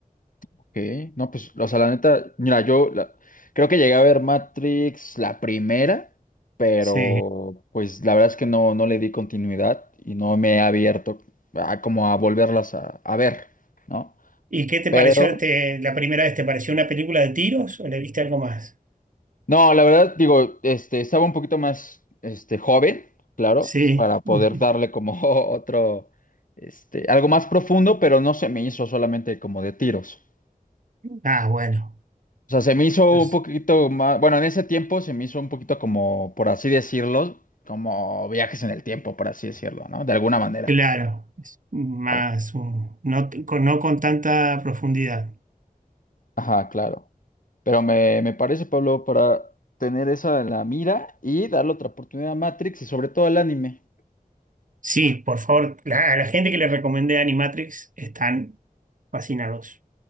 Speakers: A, on the left; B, on the right.
A: Ok. No, pues, o sea, la neta, mira, yo la- creo que llegué a ver Matrix la primera, pero
B: Sí.
A: pues la verdad es que no, no le di continuidad y no me he abierto a como a volverlas a, a ver, ¿no?
B: ¿Y qué te
A: Pero
B: pareció te- la primera vez? ¿Te pareció una película de tiros o le viste algo más?
A: No, la verdad, digo, este, estaba un poquito más, este, joven, claro,
B: Sí.
A: para poder
B: <laughs>
A: darle como <laughs> otro, este, algo más profundo, pero no se me hizo solamente como de tiros.
B: Ah, bueno.
A: O sea, se me hizo
B: Entonces,
A: un poquito más, bueno, en ese tiempo se me hizo un poquito como, por así decirlo, como viajes en el tiempo, por así decirlo, ¿no? De alguna manera.
B: claro, es más
A: Al-
B: un- no, con- no con tanta profundidad.
A: Ajá, claro. Pero me, me parece, Pablo, para tener esa en la mira y darle otra oportunidad a Matrix y sobre todo al anime.
B: Sí, por favor, la- a la gente que le recomendé Animatrix están fascinados.